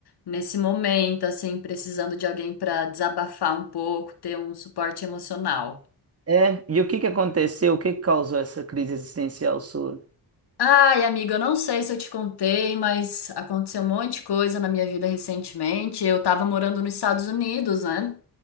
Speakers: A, on the left; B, on the right.
A: nesse momento, assim, precisando de alguém pra desabafar um pouco, ter um suporte emocional.
B: É, e o que que aconteceu? O que que causou essa crise existencial sua?
A: Ai, amigo, eu não sei se eu te contei, mas aconteceu um monte de coisa na minha vida recentemente. Eu tava morando nos Estados Unidos, né?